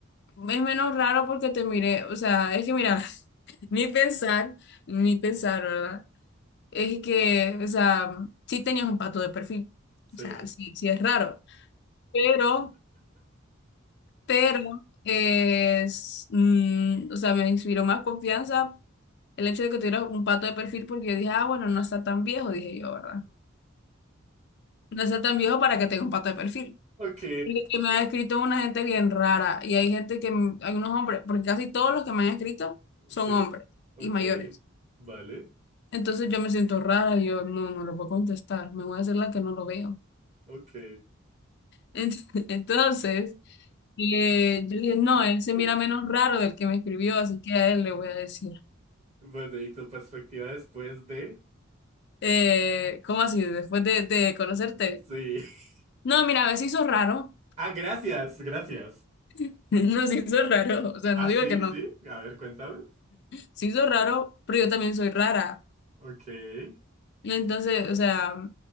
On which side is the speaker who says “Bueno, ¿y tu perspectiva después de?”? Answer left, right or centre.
Right